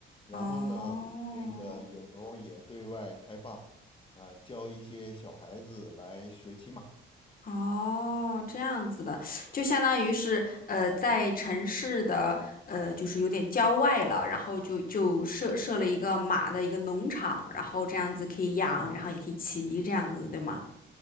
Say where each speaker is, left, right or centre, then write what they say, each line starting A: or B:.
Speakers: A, on the left; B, on the left.
A: 然后呢，
B: 哦。
A: 这个有时候也对外开放，啊、教一些小孩子来学骑马。
B: 哦，这样子的，就相当于是呃，在城市的呃，就是有点郊外了，然后就就设设了一个马的一个农场，然后这样子可以养，然后也可以骑，这样子，对吗？